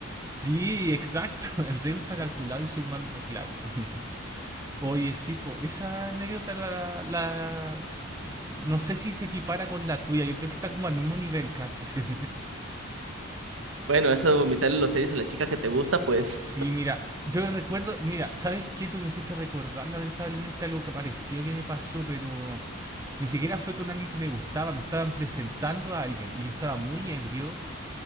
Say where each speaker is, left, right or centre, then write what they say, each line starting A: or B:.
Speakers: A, on the right; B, on the right.
A: Sí, exacto. <laughs> El riesgo está calculado y soy mal, mal- claro. <laughs> Oye, sí, po, esa anécdota la, la- No sé si se equipara con la tuya. Yo creo que está como al mismo nivel casi. <laughs>
B: Bueno, eso de vomitarle los tenis a la chica que te gusta, pues.
A: Sí, mira, yo recuerdo, mira, ¿sabes qué? Tú me hiciste recordar lamentablemente algo que apareció que me pasó, pero Ni siquiera fue con alguien que me gustaba, me estaban presentando a alguien y yo estaba muy ebrio